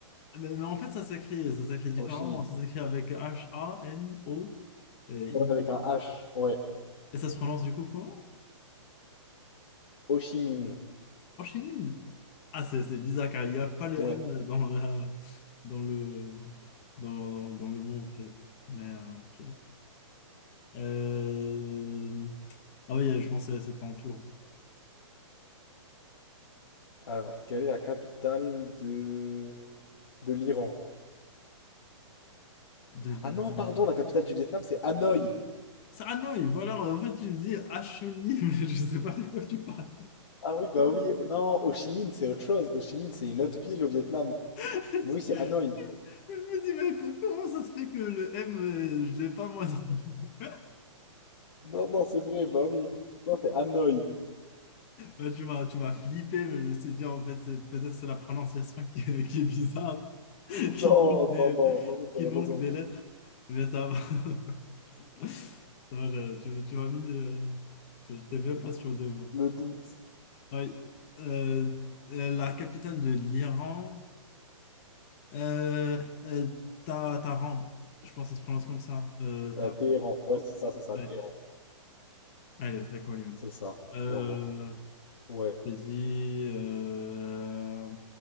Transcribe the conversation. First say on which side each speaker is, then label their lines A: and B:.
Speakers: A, on the left (about 25°); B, on the left (about 65°).
A: Mais, mais en fait, ça s'écrit, ça s'écrit différemment.
B: Ho Chi Minh.
A: Ça s'écrit avec H-A-N-O, euh, I.
B: Ouais, avec un H. Ouais.
A: Et ça se prononce du coup comment?
B: Ho Chi Minh.
A: Ho Chi Minh. Ah, c'est c'est bizarre car il n'y a pas le
B: Ouais.
A: N dans la, dans le, dans, dans, dans le mot, en fait. Mais, euh, ok. Euh, Ah oui, je pensais à cet entour
B: Alors, quelle est la capitale de, de l'Iran?
A: de l'Irlande.
B: Ah non, pardon, la capitale du Vietnam, c'est Hanoï.
A: Ah non, et voilà, en fait, tu me dis Achony, <laughs> mais je sais pas de quoi tu parles.
B: Ah oui, bah oui. Non, Ho Chi Minh, c'est autre chose. Ho Chi Minh, c'est une autre ville au Vietnam.
A: <laughs>
B: Mais oui, c'est Hanoï.
A: Je me dis, mais co- comment ça se fait que le M, euh, je l'ai pas moi dans <laughs>
B: Non, non, c'est vrai, bah oui. Non, c'est Hanoï. <laughs>
A: Ouais, tu m'as, tu m'as flippé, mais je me suis dit, en fait, c'est- peut-être c'est la prononciation qui, <laughs> est qui est bizarre, <laughs>
B: Non,
A: qu'il manque des,
B: non, non, non, non, t'avais
A: qu'il manque
B: raison.
A: des lettres, mais ça va. <laughs> Ça va, je- tu, tu m'as mis, euh, je n'étais même pas sûr de moi.
B: Le doute.
A: Oui. Euh, euh, la capitale de l'Iran, euh, euh, Ta- Taran, je pense que ça se prononce comme ça. Euh, Taran.
B: Euh, Téhéran. Ouais, c'est ça, c'est ça,
A: Ouais.
B: Téhéran.
A: Elle est très connue.
B: C'est ça.
A: Euh,
B: Bravo. Ouais.
A: j'ai dit euh,